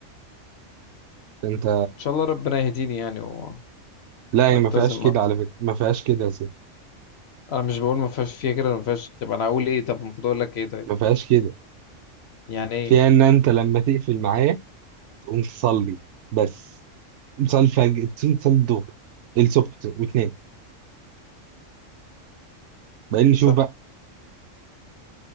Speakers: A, on the right (about 70°); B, on the left (about 65°).
A: انت
B: إن شاء الله ربنا يهديني يعني و...
A: لا
B: والتزم
A: هي ما فيهاش كده
B: أكتر
A: على فكره ما فيهاش كده يا سيدي
B: أنا مش بقول ما فيهاش فيها كده ما فيهاش طب أنا أقول إيه طب المفروض أقول لك إيه طيب
A: ما فيهاش كده
B: يعني إيه
A: فيها ان انت لما تقفل معايا تقوم تصلي بس تقوم تصلي الفجر تصلي تصلي الظهر الصبح وتنام بعدين نشوف
B: صح
A: بقى